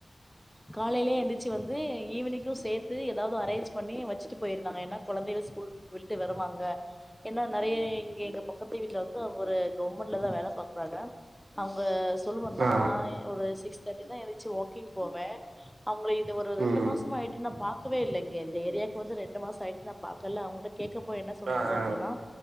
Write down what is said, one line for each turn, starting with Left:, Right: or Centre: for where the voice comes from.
Centre: காலேலயே எந்திருச் ச்சு வந்து ஈவ்னிக்கும் சேத் த்து ஏதாவது அரேஞ்ச் பண்ணி வச்சுட்டு போயிருந்தாங்க ஏன்னா கொழந்தைக ஸ்கூல் விட்டு வருவாங்க ஏன்னா நெறைய இங்க எங்க பக்கத்து வீட்ல வந்து ஒரு கவர்மெண்ட்ல தான் வேல பாக்குறாங்க. அவுங்க ஸ் சொல்லுவோ நா
Right: ஆ
Centre: ஒரு சிக்ஸ் தட்டிதா எழு ச்சு வாக்கிங் போவேன். அவுங்கள இது ஒரு ரெண்டு
Right: ம்
Centre: மாசம் ஆய்ட்டு நான் பாக் கவே இல்லங்க இந்த ஏரியாவுக்கு வந்து ரெண்டு மாசம் ஆயிட்டு நான் பாக்கல அவங்கட்ட கேட்க போ என்ன சொன்னாங்க
Right: ஆ ஆ
Centre: அப்டின்னா